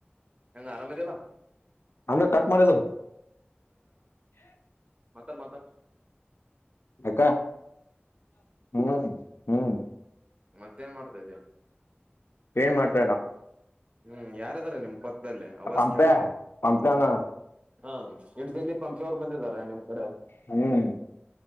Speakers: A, on the right; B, on the left.
A: ಹೆಂಗ ಆರಾಮ್ದಲ್ಲ
B: ಅಮ ಕಟ್ ಮಾಡಿದ್ದ
A: ಮಾತನ್ ಮಾತ
B: ಹ ಹ್ಮ್ ಹ್ಮ್
A: ಮತ್ತೇನ್ ಮಾಡ್ತಾ ಇದ್ಯಾ
B: ಏನ್ ಮಾತಾಡಾ
A: ಹ್ಮ್ ಯಾರದಾರ ನಿಮ ಪಕ್ಕದಲ್ಲೇ ಅವಾಜ್
B: ಪಂಪ್ಯಾ
A: ಕೇಳ್ತವ
B: ಪಂಪ್ಯಾನ
A: ಹಂ ಹಿಡ್ದಲ್ಲಿ ಪಂಪೆವರು ಬಂದಿದಾರ ನಿಮ್ ಕಡೆ
B: ಹ್ಮ್